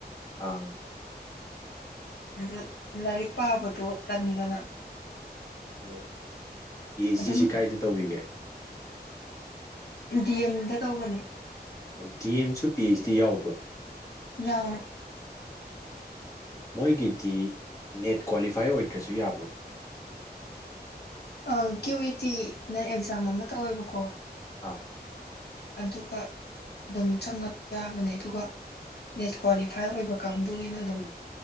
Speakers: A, on the left; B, on the left.
A: ꯑꯥ
B: ꯑꯗ ꯂꯥꯏꯔꯤꯛ ꯄꯥꯕꯗꯣ ꯇꯟꯗꯅ
A: ꯑꯣ ꯄꯤ ꯍꯩꯁ
B: ꯑꯗꯨꯝ
A: ꯗꯤ ꯁꯤ ꯀꯥꯏꯗ ꯇꯧꯕꯤꯒꯦ
B: ꯗꯤ ꯑꯦꯝꯗ ꯇꯧꯕꯅꯦ
A: ꯍꯣꯏ ꯗꯤ ꯑꯦꯝꯁꯨ ꯄꯤ ꯍꯩꯁ ꯗꯤ ꯌꯥꯎꯕ꯭ꯔꯣ
B: ꯌꯥꯎꯋꯦ
A: ꯃꯣꯏꯒꯤꯗꯤ ꯅꯦꯠ ꯀ꯭ꯋꯥꯂꯤꯐꯥꯏ ꯑꯣꯏꯗ꯭ꯔꯁꯨ ꯌꯥꯕ꯭ꯔꯣ
B: ꯑ ꯀ꯭ꯌꯨ ꯏ ꯇꯤ ꯅ ꯑꯦꯛꯖꯥꯝ ꯑꯃ ꯇꯧꯋꯦꯕꯀꯣ
A: ꯑꯥ
B: ꯑꯗꯨꯒ ꯑꯗꯨꯝ ꯆꯪꯉ ꯌꯥꯕꯅꯦ ꯑꯗꯨꯒ ꯅꯦꯠ ꯀ꯭ꯋꯥꯂꯤꯐꯥꯏ ꯑꯣꯏꯕ ꯀꯥꯡꯕꯨꯒꯤꯅ ꯑꯗꯨꯝ